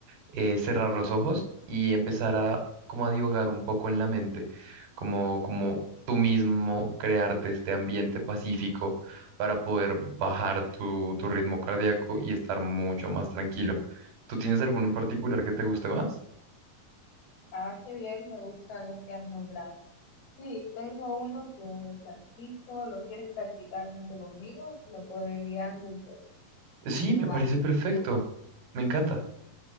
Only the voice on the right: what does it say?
eh, cerrar los ojos y empezar a como a divagar un poco en la mente, como, como tú mismo crearte este ambiente pacífico para poder bajar tu, tu ritmo cardíaco y estar mucho más tranquilo. ¿Tú tienes alguno en particular que te guste más?
Sí,
me
parece perfecto.
Me encanta.